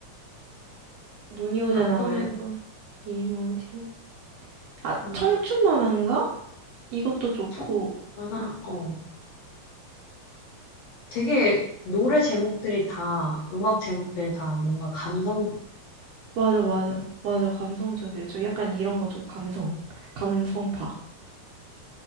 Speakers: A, on the right; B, on the left.
A: 눈이 오잖아
B: 악동뮤
A: 말고. 이무진. 아,
B: 음,
A: 청춘만한가? 이것도 좋고.
B: 청하나 어 되게 노래 제목들이 다 음악 제목들이 다 뭔가 감성적인데?
A: 맞아, 맞아. 맞아, 감성적이에요. 저 약간 이런 거 좀 감성. 감성파.